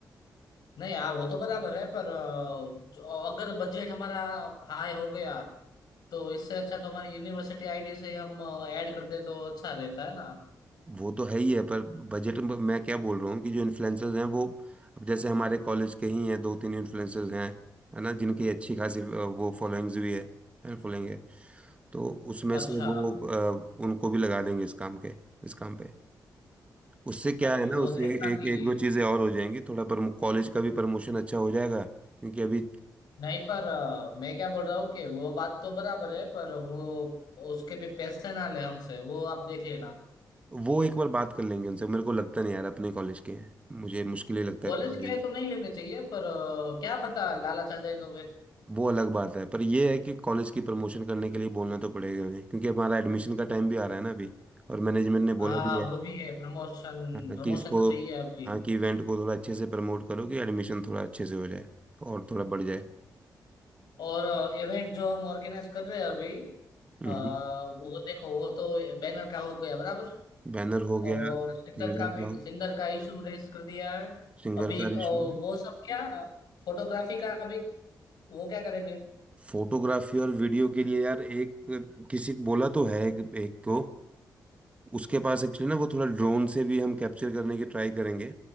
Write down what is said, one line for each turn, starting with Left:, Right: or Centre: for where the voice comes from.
Left: नहीं हाँ वो तो बराबर है पर अ, जो- अगर बजट हमारा हाई हो गया तो इससे अच्छा तो हमारी यूनिवर्सिटी आईडी से हम ऐड कर दे तो अच्छा रहता है ना
Right: वो तो है ही है पर बजट में मैं क्या बोल रहा हूँ कि जो इन्फ्लुएंसर्स हैं वो अब जैसे हमारे कॉलेज के ही हैं दो तीन इन्फ्लुएंसर्स हैं है ना जिनकी अच्छी खासी अ, वो फॉलोइंग्स भी है फॉलोइंग है तो उसमें
Left: अच्छा
Right: से वो अ, उनको भी लगा देंगे इस काम के इस काम पे उससे क्या
Left: पर
Right: है
Left: वो
Right: ना उससे
Left: देखना
Right: एक
Left: कि
Right: एक दो चीज़ें और हो जाएंगी थोड़ा पर कॉलेज का भी प्रमोशन अच्छा हो जाएगा क्योंकि अभी
Left: नहीं पर अ, मैं क्या बोल रहा हूँ कि वो बात तो बराबर है पर वो उसके भी पैसे ना ले हमसे वो आप देख लेना
Right: वो एक बार बात कर लेंगे उनसे मेरे को लगता नहीं यार अपने कॉलेज के हैं मुझे मुश्किल ही लगता
Left: कॉलेज
Right: है पैसे
Left: के
Right: लेना
Left: है तो नहीं लेने चाहिए पर अ, क्या पता लालच आ जाए तो फिर
Right: वो अलग बात है पर ये है कि कॉलेज की प्रमोशन करने के लिए बोलना तो पड़ेगा उन्हें क्योंकि हमारा एडमिशन का टाइम भी आ रहा है ना अभी और मैनेजमेंट ने
Left: हाँ
Right: बोला भी है
Left: वो भी है प्रमोशन
Right: हाँ। हाँ,
Left: प्रमोशन
Right: कि इसको
Left: तो चाहिए अभी
Right: हाँ कि इवेंट को थोड़ा अच्छे से प्रमोट करो कि एडमिशन थोड़ा अच्छे से हो जाए और थोड़ा बढ़ जाए
Left: और इवेंट जो हम ऑर्गेनाइज कर रहे हैं अभी
Right: हम्म
Left: अ, वो देखो वो तो बैनर का हो गया बराबर
Right: बैनर हो गया
Left: और
Right: सिंगर
Left: सिंगर का भी
Right: का
Left: सिंगर का इशू रेस कर दिया है
Right: सिंगर
Left: अभी
Right: का
Left: अ,
Right: रिश्यू
Left: वो सब क्या फोटोग्राफी का भी वो क्या करेंगे
Right: फोटोग्राफी और वीडियो के लिए यार एक किसी को बोला तो है एक, एक को उसके पास एक्चुअली ना वो थोड़ा ड्रोन से भी हम कैप्चर करने की ट्राई करेंगे